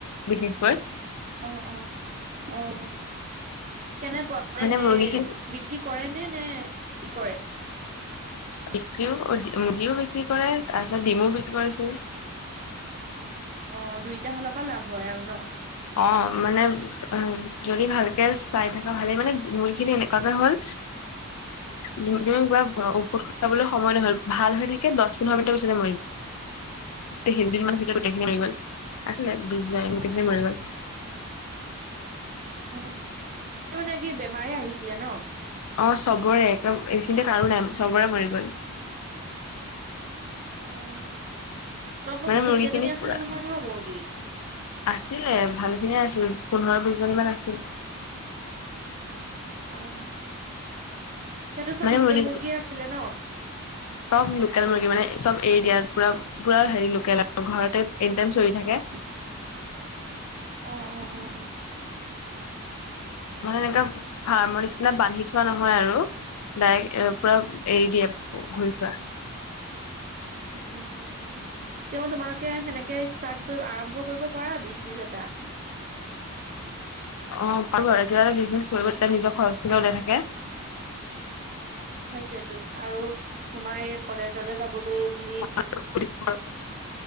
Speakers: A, on the left; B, on the right.
A: বিশেষকৈ।
B: অ', অ', অ', কেনেকুৱা
A: মানে
B: সেই
A: মুৰ্গীখিনি
B: কি কৰে নে, নে কি কৰে?
A: বিক্ৰীও মুৰ্গিও বিক্ৰী কৰে, তাৰপিছত ডিমও বিক্ৰী কৰিছিল।
B: অ', দুইটা ফালৰ পৰা লাভ হয় আৰু ন?
A: অ', মানে, যদি ভালকে চাই থাকা ভালেই, মানে মুৰ্গী খিনি এনেকুৱাকে হ'ল তুমি কিবা ঔষধ খোৱাবলৈ সময় নহ'ল, ভাল হৈ থাকে দহ পোন্ধৰ মিনিটৰ পিছতে মৰি যা <unintelligible> মমানৰ ভিতৰত গোটেইখিনি মৰি গ'ল, আছিলে <unintelligible> গোইখিনি মৰি গ'ল।
B: অ', এইটো মানে কি বেমাৰে আহিছিলে ন?
A: অ', চবৰে, একদম এইখিনিতে কাৰো নাই, চবৰে মৰি গ'ল।
B: অ', তোমাৰ
A: মানে
B: আক বহুত
A: মুৰ্গী
B: কেইজনী
A: খিনি
B: আছিলে
A: পুৰা
B: নহয় নহ মুৰ্গী?
A: আছিলে ভালখিনিয়ে আছিল, পোন্ধৰ বিশজনীমান আছিল।
B: সেইটো চব
A: মানে
B: লোকেল
A: মুৰ্গী
B: মুৰ্গীয়ে আছিলে ন'?
A: চব লোকেল মুৰ্গী, মানে চব এৰি দিয়া পুৰা পুৰা হেৰি লোকেল আৰু ঘৰতে এনি টাইম চৰি থাকে।
B: <inaudible> অ', অ', অ'।
A: মানে এনেকা ফাৰ্মৰ নিচিনা বান্ধি থোৱা নহয় আৰু ডাইৰেক্ট এ, পুৰা এৰি দিয়ে। ঘূৰি ফুৰা।
B: <inaudible> তেওঁ তোমালোকে সেনেকে ষ্টাৰ্ট কৰি আৰম্ভ কৰিব পাৰা বিজনেচ এটা।
A: অ' পাৰোঁ কিবা এটা বিজনেছ কৰিব তেতিয়া নিজৰ খৰচটোকে ওলাই থাকে।
B: সেইটোৱেটো আৰু তোমাৰ এই কলেজলে যাবলৈ বুলি
A: <unintelligible>